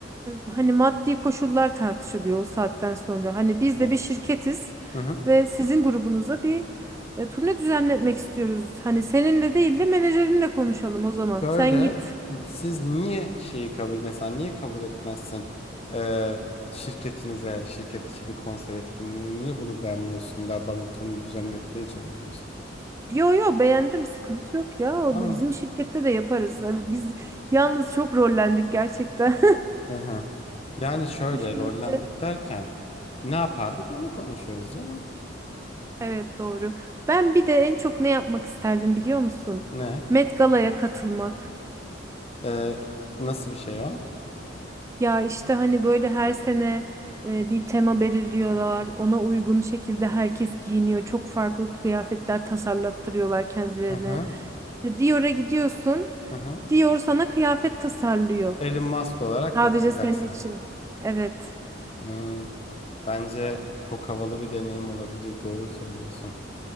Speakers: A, on the right (about 15°); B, on the left (about 35°).
A: e, hani maddi koşullar tartışılıyor o saatten sonra. Hani biz
B: Evet.
A: de bir şirketiz
B: Hı hı.
A: ve sizin grubunuza bir e, turne düzenletmek istiyoruz. Hani seninle değil de menajerinle konuşalım o zaman.
B: Şöyle
A: Sen git.
B: siz niye şeyi kabul mesela niye kabul etmezsin Ee, şirketinize şirket içi bir konser etkinliğini niye bunu beğenmiyorsun da bana turnu düzenletmeye çalışıyorsun?
A: Yo yo beğendim sıkıntı yok ya O
B: Tamam.
A: bizim şirkette de yaparız Hani biz yalnız çok rollendik gerçekten
B: Hı hı. Yani şöyle
A: <laughs> düşününce
B: rollendik derken Ne yapardık onu konuşuyoruz canım.
A: evet doğru ben bir de en çok ne yapmak isterdim biliyor musun
B: Ne?
A: Met Gala'ya katılmak
B: Ee, nasıl bir şey o?
A: ya işte hani böyle her sene e, bir tema belirliyorlar ona uygun şekilde herkes giyiniyor çok farklı kıyafetler tasarlattırıyorlar kendilerine
B: Hı hı
A: İşte Dior'a gidiyorsun
B: hı hı.
A: Dior sana kıyafet tasarlıyor
B: Elon Musk olarak
A: sadece
B: katılacaksın.
A: senin için evet
B: Hmm. Bence çok havalı bir deneyim olabilir. Doğru söylüyorsun.